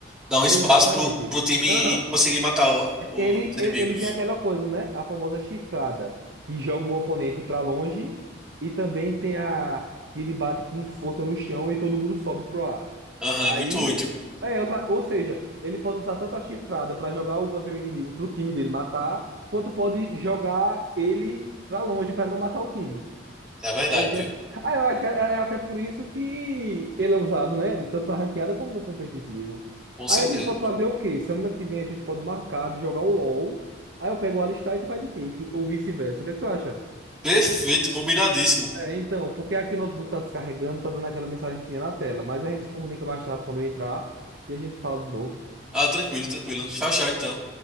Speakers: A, in the centre; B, on the right.
A: Dar um espaço
B: Exatamente.
A: pro, pro time
B: Aham.
A: conseguir matar o- o-
B: Ele,
A: os inimigos.
B: ele, ele tem aquela coisa, né? A famosa chifrada, que joga o oponente pra longe, e também tem a que ele bate com força no chão e todo mundo sobe pro ar.
A: Aham,
B: Aí,
A: é muito útil.
B: é, usa- ou seja, ele pode usar tanto a chifrada pra jogar o campeão inimigo pro time dele matar, quanto pode jogar ele pra longe pra não matar o time.
A: É verdade,
B: Aí ele tem
A: viu?
B: essa... Ah, eu acho que é é é até por isso que ele é usado, né? Tanto na ranqueada como no competitivo.
A: Com certeza.
B: Aí a gente pode fazer o quê? Semana que vem a gente pode marcar de jogar o LoL. Aí eu pego o Alistar e tu vai de Caitlyn, ou vice-versa. O que é que tu acha?
A: Perfeito, combinadíssimo.
B: É, então, porque aqui o notebook tá descarregando, tá dando aquela mensagenzinha na tela, mas a gente se comunica mais tarde quando eu entrar e a gente fala de novo.
A: Ah, tranquilo, tranquilo. Tchau, tchau, então.